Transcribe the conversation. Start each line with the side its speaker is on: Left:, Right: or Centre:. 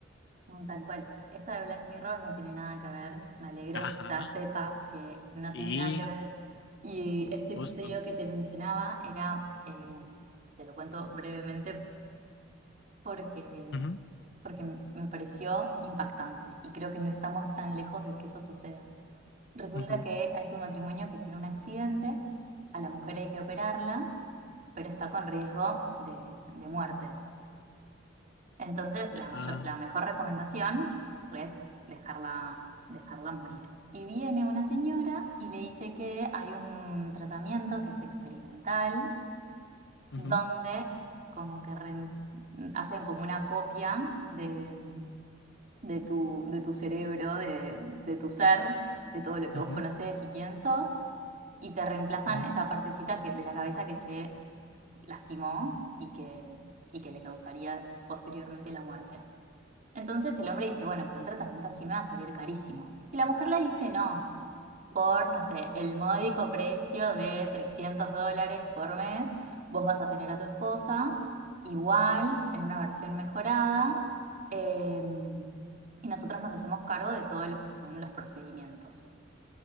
Right: No, Tal cual. Esta de Black Mirror no tiene nada que ver. Me alegro
Left: Ajá,
Right: que ya sepas que no
Left: sí,
Right: tiene nada que ver. Y este episodio
Left: justo.
Right: que te mencionaba era, eh, te lo cuento brevemente porque,
Left: Ujú,
Right: porque m- me pareció impactante y creo que no estamos tan lejos de que eso suceda. Resulta
Left: ujú,
Right: que es un matrimonio que tiene un accidente, a la mujer hay que operarla, pero está con riesgo de de muerte. Entonces, la mayor-
Left: ah,
Right: la mejor recomendación es dejarla, dejarla morir. Y viene una señora y le dice que hay un tratamiento que es experimental,
Left: ujú,
Right: donde como que reem- hacen como una copia de, de tu, de tu cerebro, de, de tu ser, de todo lo que
Left: ujú,
Right: vos conocés y quién sos, y te reemplazan
Left: ujú,
Right: esa partecita que, de la cabeza que se lastimó y que, y que le causaría posteriormente la muerte. Entonces el hombre dice, bueno, pero un tratamiento así me va a salir carísimo. Y la mujer le dice, no, por, no sé, el módico precio de 300 dólares por mes, vos vas a tener a tu esposa igual, en una versión mejorada, em, y nosotros nos hacemos cargo de todos los que son los procedimientos.